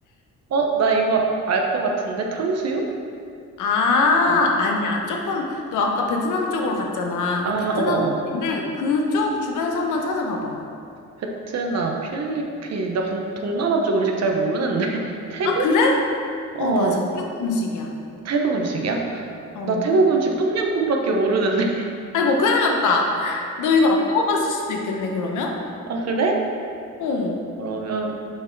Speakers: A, on the right; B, on the left.
A: 어, 나 이거 알 것 같은데? 탕수육?
B: 아,
A: 어.
B: 아니야. 조금, 너 아까 베트남 쪽으로 갔잖아.
A: 아,
B: 그 베트남은
A: 어어.
B: 아닌데, 그쪽 주변에서 한번 찾아봐봐.
A: 베트남, 필리핀. 나 근데 동남아 쪽 음식 잘 모르는데. <laughs> 태국?
B: 아, 그래?
A: 어,
B: 어, 맞아. 태국 음식이야.
A: 태국 음식이야?
B: 어.
A: 나 태국 음식 똠양꿍밖에 모르는데.
B: 아이고, 큰일 났다. 너 이거 안 먹어봤을 수도 있겠네, 그러면?
A: <laughs> 아, 그래?
B: 어.
A: 그러면